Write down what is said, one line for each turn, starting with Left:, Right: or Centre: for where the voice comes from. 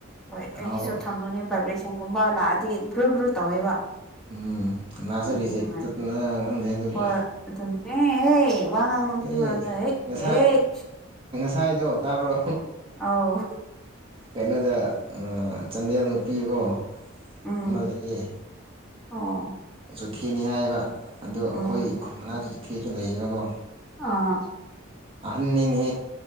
Centre: ꯍꯣꯏ
Right: ꯀꯥꯎꯕ
Centre: ꯑꯩꯒꯤꯁꯨ ꯊꯝꯕꯅꯦ ꯕꯥꯕ꯭ꯔꯦ ꯁꯟꯒꯨꯝ ꯑꯃ ꯂꯥꯛꯑꯗꯤ ꯕ꯭ꯔꯨ ꯕ꯭ꯔꯨ ꯇꯧꯋꯦꯕ
Right: ꯎꯝ ꯂꯥꯏꯁꯇ
Centre: ꯑꯗꯨꯒꯤ
Right: ꯔꯤꯖꯦꯛ
Centre: ꯅꯨꯡꯉꯥꯏꯇꯦ
Right: ꯆꯠꯇꯅ ꯈꯪꯗꯦ ꯑꯗꯨꯁꯨ
Centre: ꯍꯣꯏ ꯑꯗꯨꯅꯦ ꯍꯦ ꯋꯥ ꯉꯥꯡꯅꯨ ꯁꯤ
Right: ꯑꯦ
Centre: ꯃꯔꯝꯗ ꯍꯦꯛ
Right: ꯉꯁꯥꯏ
Centre: ꯍꯦꯛ
Right: ꯁꯋꯥꯥꯏꯗꯣ ꯇꯥꯕ꯭ꯔꯣ
Centre: ꯑꯥꯎ
Right: ꯀꯩꯅꯣꯗ ꯆꯥꯟꯗꯦꯜ ꯅꯨꯄꯤꯀꯣ
Centre: ꯎꯝ
Right: ꯑꯃ ꯂꯩꯌꯦ
Centre: ꯑꯣ
Right: ꯆꯨꯊꯤꯅꯤ ꯍꯥꯏꯌꯦꯕ ꯑꯗꯣ ꯑꯩꯈꯣꯏ
Centre: ꯎꯝ
Right: ꯈꯨꯜ ꯃꯅꯥꯛꯇꯨꯗ ꯊꯤꯁꯨ ꯂꯩꯌꯦꯕꯀꯣ
Centre: ꯑꯥ
Right: ꯑꯍꯟꯅꯤꯅꯦ